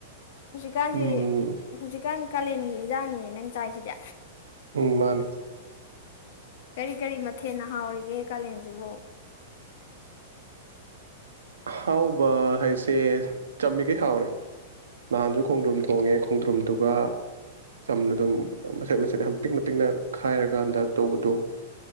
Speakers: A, on the left; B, on the right.
A: ꯍꯧꯖꯤꯛꯀꯥꯟꯁꯦ
B: ꯎꯝ
A: ꯍꯧꯖꯤꯛꯀꯥꯟ ꯀꯥꯂꯦꯟꯒꯤ ꯏꯟꯖꯥꯡꯅꯤꯅꯦ ꯅꯪ ꯆꯥꯏꯁꯤꯗꯤ
B: ꯎꯝ ꯃꯥꯅꯦ
A: ꯀꯔꯤ ꯀꯔꯤ ꯃꯊꯦꯜꯅ ꯍꯥꯎꯔꯤꯒꯦ ꯒꯦ ꯀꯥꯂꯦꯟꯖꯤꯕꯣ
B: ꯍꯥꯎꯕ ꯍꯥꯏꯁꯦ ꯆꯝꯃꯤꯈꯩ ꯍꯥꯎꯔꯦ ꯅꯍꯥꯟꯁꯨ ꯈꯣꯡꯗ꯭ꯔꯨꯝ ꯊꯣꯡꯉꯦ ꯈꯣꯡꯗ꯭ꯔꯨꯝꯗꯨꯒ ꯆꯝꯅ ꯑꯗꯨꯝ ꯃꯆꯦꯠ ꯃꯆꯦꯠ ꯌꯥꯝ ꯄꯤꯛꯅ ꯄꯤꯛꯅ ꯈꯥꯏꯔꯀꯥꯟꯗ ꯇꯧꯕꯗꯣ